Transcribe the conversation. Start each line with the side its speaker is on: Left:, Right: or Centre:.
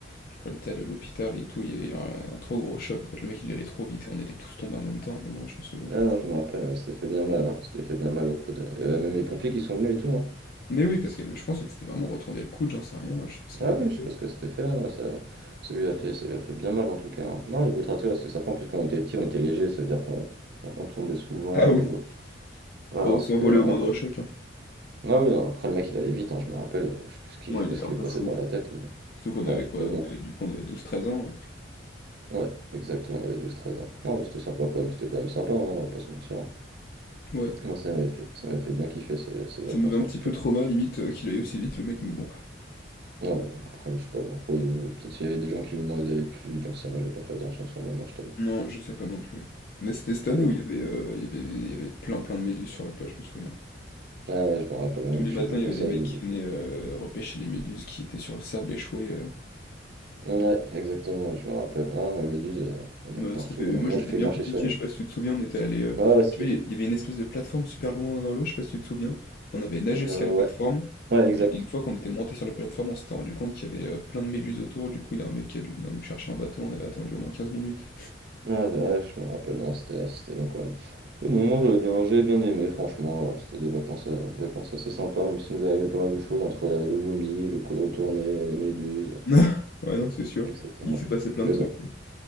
Left: je crois qu'elle était allée à l'hôpital et tout, il y avait eu un, un trop gros choc. En fait, le mec, il allait trop vite et on était tous tombés en même temps, au moment où je me souviens.
Right: Ah non, je me rappelle, on s'était fait bien mal, hein. On fait bien mal au coude. Il y avait même les pompiers qui sont venus et tout, hein.
Left: Mais oui, parce que je pense qu'elle s'était vraiment retournée le coude, j'en sais rien, je sais plus ce qu'elle
Right: Ah
Left: avait
Right: oui,
Left: fait.
Right: je sais pas ce que c'était fait non, ça, ça lui a fait, ça lui a fait bien mal en tout cas. hein. Non, les boutratés, ouais, c'était sympa, en plus quand on était petit, on était léger, ça veut dire qu'on on, on tombait souvent.
Left: Ah oui.
Right: ou- Ouais,
Left: Bon,
Right: non, c'était
Left: s'envoler
Right: après.
Left: au moindre choc, hein.
Right: Ah oui, non, après le mec il allait vite, hein, je me rappelle, euh, je sais plus ce qui,
Left: Moi,
Right: je sais
Left: il
Right: pas
Left: était
Right: ce qui
Left: un
Right: lui
Left: peu
Right: est passé
Left: fou.
Right: par
Left: hein.
Right: la tête, mais
Left: Surtout qu'on avait
Right: ouais,
Left: quoi?
Right: mais bon,
Left: On avait
Right: c'est-
Left: du coup on avait douze, treize ans.
Right: ouais, exactement, on avait douze treize ans. Non, mais c'était sympa quand même, c'était quand même sympa, hein, on va pas se mentir. hein.
Left: euh. Ouais.
Right: Moi ça m'avait fait, ça m'avait fait bien kiffer ces, ces vacances
Left: Ça me fait un
Right: en
Left: petit
Right: tout
Left: peu
Right: cas.
Left: trauma limite euh, qu'il aille aussi vite le mec, mais bon.
Right: Ouais, bon, après, je sais pas pourquoi, il- peut-être s'il y avait des gens qui lui demandaient d'aller plus vite, j'en sais rien, j'avais pas fait attention sur le moment, je t'avoue.
Left: Non, je sais pas non plus. Mais c'était cette année
Right: Mais
Left: où
Right: bon.
Left: il y avait, euh, il y avait, il y avait plein plein de méduses sur la plage, je me souviens.
Right: Ah ouais, je me rappelle, moi
Left: Tous
Right: non
Left: les
Right: plus,
Left: matins,
Right: j'aimais
Left: il
Right: pas
Left: y avait
Right: ça
Left: les mecs
Right: les méduses.
Left: qui venaient euh, repêcher les méduses qui étaient sur le sable échouées. euh.
Right: Ouais, exactement, je me rappelle. Ah, les méduses, euh, on
Left: Bah,
Right: avait partout.
Left: c'était fait-
Right: À un
Left: moi
Right: moment,
Left: je
Right: j'ai
Left: m'étais
Right: failli
Left: bien
Right: marcher
Left: fait piquer,
Right: sur une.
Left: je sais pas si tu te souviens, on était allé. euh,
Right: Ah ouais, c'était
Left: tu vois,
Right: fait.
Left: il y avait une espèce de plateforme super loin dans l'eau, je sais pas si tu te souviens. On avait nagé
Right: Euh,
Left: jusqu'à la plateforme.
Right: ouais, ouais, exact.
Left: Et une fois qu'on était monté sur la plateforme, on s'était rendu compte qu'il y avait euh, plein de méduses autour. Du coup, il y a un mec qui a dû venir nous chercher en bateau, on avait attendu au moins quinze minutes.
Right: Ah, ouais, je me rappelle, non, c'était c'était long quand même. Mais bon, moi, j'avais bien, j'avais bien aimé, franchement. euh, C'était des vacances, euh, vacances assez sympas, même si nous arrivait pas mal de choses entre la- le vomi, le coup de retourner, les méduses,
Left: <laughs> Ouais, non, c'est sûr.
Right: etc.
Left: Il s'est passé plein
Right: Mais
Left: de trucs.
Right: bon,
Left: ouais.